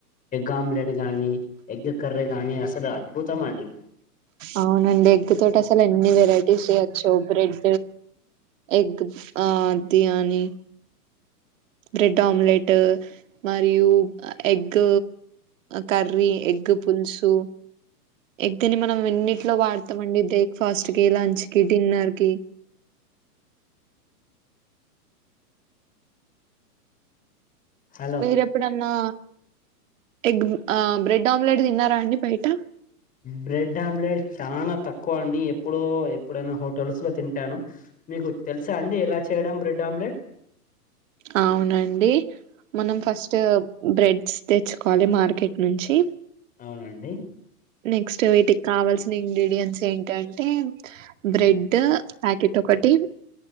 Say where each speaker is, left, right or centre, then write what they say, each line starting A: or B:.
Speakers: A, on the left; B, on the right.
A: ఎగ్ ఆమ్లెట్ గానీ ఎగ్ కర్రీ గానీ అస్ కదా అద్భుతం అండి
B: అవునండి ఎగ్ తోటి అసలు ఎన్ని వెరైటీస్ చెయచ్చు బ్రెడ్ ఎగ్ ఆ ఆది అని బ్రెడ్ ఆమ్లెట్ మరియు ఎగ్ కర్రీ ఎగ్ పులుసు ఎగ్ నీ మనం ఎన్నిట్లో వాడతామండి బ్రేక్ఫాస్ట్ కి లంచ్ కి డిన్నర్ కి
A: హలో
B: మీరు ఎప్పుడన్నా ఎగ్ ఆ బ్రెడ్ ఆమ్లెట్ తిన్నారా అండి బయట
A: బ్రెడ్ ఆమ్లెట్ చాలా తక్కువ అండి ఎప్పుడో ఎప్పుడైనా హోట తులసులో తింటాను మీకు తెలుసా అండి ఎలా చేయడం బ్రెడ్ ఆమ్లెట్
B: అవునండి మనం ఫస్ట్ బ్రెడ్స్ తెచ్చుకోవాలి మార్కెట్ నుంచి
A: అవునండి
B: నెక్స్ట్ వీటికి కావాల్సిన ఇంగ్రీడియంట్స్ ఏంటంటే బ్రెడ్ ప్యాకెట్ ఒక్కటి